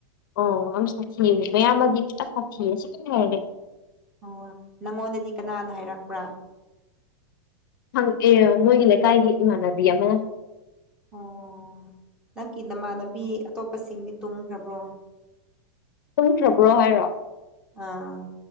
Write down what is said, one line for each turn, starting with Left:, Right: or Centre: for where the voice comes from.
Left: ꯑꯣ ꯑ ꯁꯥꯊꯤ ꯃꯌꯥꯝꯃꯗꯤ ꯈꯤꯇ ꯁꯥꯊꯤꯑ ꯁꯤ ꯀꯔꯤ ꯍꯥꯏꯔꯒꯦ
Centre: ꯑꯣ ꯅꯪꯉꯣꯟꯗꯗꯤ ꯀꯅꯥꯅ ꯍꯥꯏꯔꯛꯄ꯭ꯔꯥ
Left: ꯍꯪ ꯑꯦ ꯃꯣꯏꯒꯤ ꯂꯩꯀꯥꯏꯒꯤ ꯏꯃꯥꯟꯅꯕꯤ ꯑꯃꯅ <unintelligible>
Centre: ꯑꯣ ꯅꯪꯒꯤ ꯅꯃꯥꯟꯅꯕꯤ ꯑꯇꯣꯞꯄꯁꯤꯡꯗꯤ ꯇꯨꯝꯈ꯭ꯔꯕ꯭ꯔꯣ
Left: ꯇꯨꯡꯈ꯭ꯔꯕ꯭ꯔꯣ ꯍꯥꯏꯔꯣ
Centre: ꯑꯥ